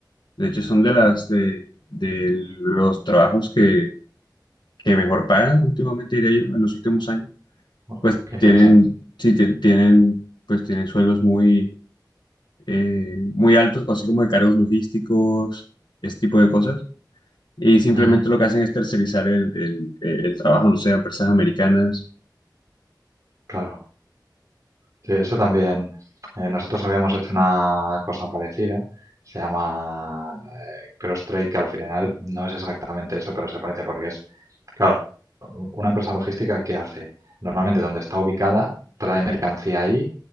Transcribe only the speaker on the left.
De hecho, son de las de, de los trabajos que, que mejor pagan últimamente, diría yo, en los últimos años.
Pues
tienen, sí, ti- tienen, pues tienen sueldos muy, eh, muy altos, así como de cargos logísticos, este tipo de cosas. Y simplemente
lo que hacen es tercerizar el, el, el trabajo, no sé, a empresas americanas